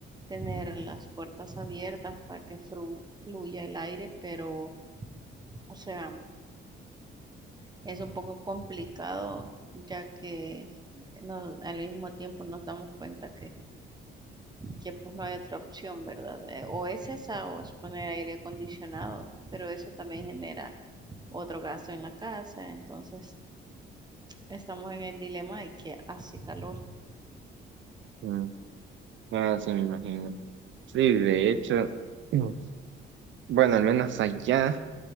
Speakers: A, on the right (about 20°); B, on the right (about 70°).
A: tener las puertas abiertas para que fru- fluya el aire, pero, o sea, es un poco complicado ya que no- al mismo tiempo nos damos cuenta que, que, pues no hay otra opción, ¿verdad? Eh, O es esa o es poner aire acondicionado, pero eso también genera otro gasto en la casa, entonces estamos en el dilema de que hace calor.
B: Mm, Ah, sí, me imagino. Sí, de hecho, <clears throat> mm, bueno, al menos allá,